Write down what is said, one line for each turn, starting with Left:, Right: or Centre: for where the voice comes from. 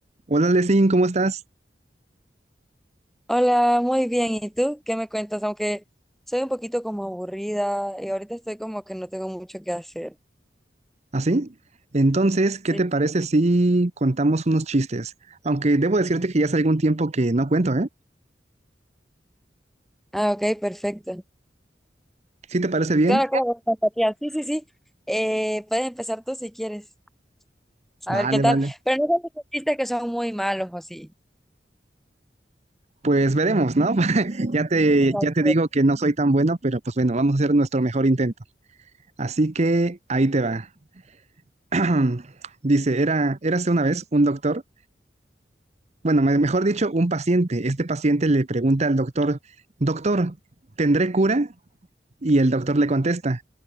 Right: Hola, Lesin, ¿cómo estás?
Centre: Hola, muy bien. ¿Y tú? ¿Qué me cuentas? Aunque soy un poquito como aburrida y ahorita estoy como que no tengo mucho que hacer.
Right: ¿Así? Entonces, ¿qué
Centre: Sí.
Right: te parece si contamos unos chistes? Aunque debo decirte que ya hace algún tiempo que no cuento, ¿eh?
Centre: Ah, ok, perfecto.
Right: ¿Sí te parece bien?
Centre: Claro, claro, empatía. Sí, sí, sí. Eh, puedes empezar tú si quieres. A
Right: Vale,
Centre: ver qué tal.
Right: vale.
Centre: Pero no sé si dijiste que son muy malos o sí.
Right: Pues veremos, ¿no? <laughs> Ya te,
Centre: <laughs>
Right: ya te digo que no soy tan bueno, pero pues bueno, vamos a hacer nuestro mejor intento. Así que ahí te va. <clears throat> Dice, era, érase una vez un doctor, bueno, me- mejor dicho, un paciente. Este paciente le pregunta al doctor, Doctor, ¿tendré cura? Y el doctor le contesta,